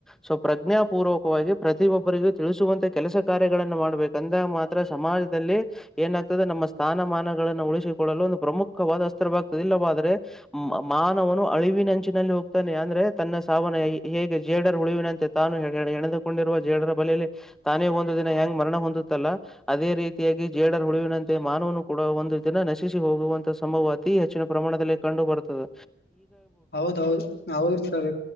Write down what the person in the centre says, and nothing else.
ಸ್ವಪ್ರಜ್ಞಾಪೂರ್ವಕವಾಗಿ ಪ್ರತಿಯೊಬ್ಬರಿಗೂ ತಿಳಿಸುವಂತೆ ಕೆಲಸ ಕಾರ್ಯಗಳನ್ನ ಮಾಡ್ಬೇಕು ಅಂದಾಗ ಮಾತ್ರ ಸಮಾಜದಲ್ಲಿ ಏನಾಗ್ತದೆ ನಮ್ಮ ಸ್ಥಾನಮಾನ <inaudible> ಉಳಿಸಿಕೊಳ್ಳಲು ಒಂದು ಪ್ರಮುಖವಾದ ಅಸ್ತ್ರವಾಗ್ತದ ಇಿಲ್ಲವಾದ್ರೆ ಮಾನವನು ಅಳಿವಿನಂಚಿನಲ್ಲಿ ಹೋಗ್ತಾನೆ ಅಂದ್ರೆ ತನ್ನ ಸಾವನ ಹೇಗೆ ಜೇಡರ್ ಹುಳಿವಿನಂತೆ ತಾನು ಹೆಣೆದುಕೊಂಡಿರುವ ಜೇಡರ ಬಲೆಯಲ್ಲಿ ತಾನೇ ಒಂದು ದಿನ ಹೆಂಗ್ ಮರಣ ಹೊಂದುತ್ತಲ್ಲ ಅದೇ ರೀತಿಯಾಗಿ ಜೇಡರ್ ಹುಳಿವಿನಂತೆ ಮಾನವನು ಕೂಡ ಒಂದು ದಿನ ನಶಿಸಿ ಹೋಗುವಂತ ಸಂಭವ ಅತಿ ಹೆಚ್ಚಿನ ಪ್ರಮಾಣದಲ್ಲಿ ಕಂಡು ಬರ್ತದೆ.